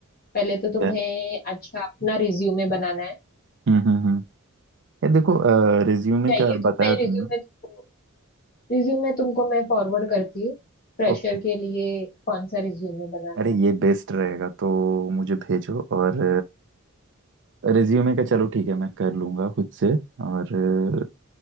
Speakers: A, on the left; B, on the right.
A: पहले तो तुम्हें
B: यार
A: अच्छा अपना रिज्यूमे बनाना है
B: हम्म हम्म हम्म ये देखो रिज्यूमे
A: चाहिए
B: का
A: तो
B: बताया
A: मैं रिज्यूमे
B: तुमने
A: तुमको रिज्यूमे तुमको मैं फॉरवर्ड करती हूँ फ्रेशर
B: ओके
A: के लिए कौन सा रिज्यूमे बनाना
B: अरे
A: है
B: ये बेस्ट रहेगा तो मुझे भेजो और रिज्यूमे का चलो ठीक है मैं कर लूँगा खुद से और अ,